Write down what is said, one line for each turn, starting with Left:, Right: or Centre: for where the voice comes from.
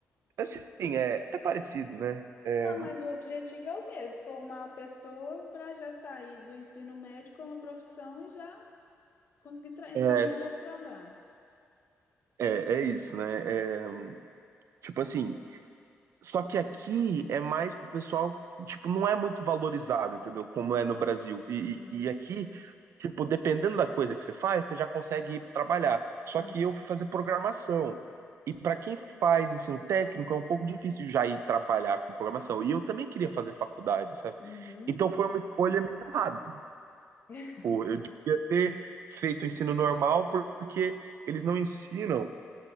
Right: assim, é, é parecido, né? É,
Left: Não, mas o objetivo é o mesmo, formar uma pessoa para já sair do ensino médio com uma profissão e já conseguir tra- entrar
Right: É,
Left: no mercado de trabalho.
Right: é, é isso, né? É, tipo assim, só que aqui é mais pro pessoal, tipo, não é muito valorizado, entendeu? Como é no Brasil. E,
Left: Hum,
Right: e, e aqui, tipo, dependendo da coisa que você faz, você já consegue ir trabalhar. Só
Left: hum,
Right: que eu fui fazer programação. E para quem faz ensino técnico, é um pouco difícil já ir trabalhar com programação. E eu também queria fazer faculdade, sabe?
Left: uhum,
Right: Então foi uma escolha meio errada.
Left: <laughs>
Right: Pô, eu devia ter feito o ensino normal porque eles não ensinam